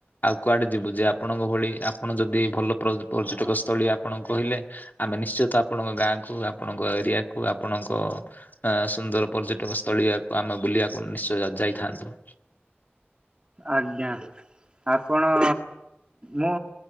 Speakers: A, on the left; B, on the right.
A: ଆଉ କୁଆଡେ ଯିବୁ ଯେ ଆପଣଙ୍କ ଭଳି ଆପଣ ଯଦି ଭଲ ପ୍ର ପର୍ଯ୍ୟଟକ ସ୍ଥଳୀ ଆପଣ କହିଲେ ଆମେ ନିଶ୍ଚିତ ଆପଣଙ୍କ ଗାଁ କୁ ଆପଣଙ୍କ ଏରିଆକୁ ଆପଣଙ୍କ ଆଁ ସୁନ୍ଦର ପର୍ଯ୍ୟଟକ ସ୍ଥଳୀ ଆ ଆମେ ବୁଲିବାକୁ ନିଶ୍ଚୟ ଯାଇଥାନ୍ତୁ।
B: ଆଜ୍ଞା ଆପଣ ମୁଁ